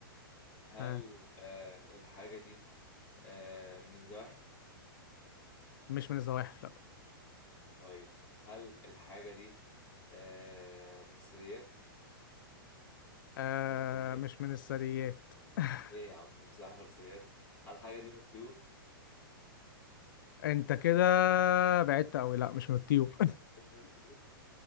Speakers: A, on the left (about 30°); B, on the left (about 60°).
A: هل
B: ها
A: آه الحاجة دي آه من الزواحف؟
B: مش من الزواحف لا
A: طيب هل الحاجة دي آه من الثدييات؟
B: آه
A: ما بالثدييات؟
B: مش من الثدييات <laughs>
A: ايه يا عم مش زحف ولا ثدييات؟ هل الحاجة دي من الطيور؟
B: انت كده بعدت قوي لا مش من الطيور
A: مش من الطيور؟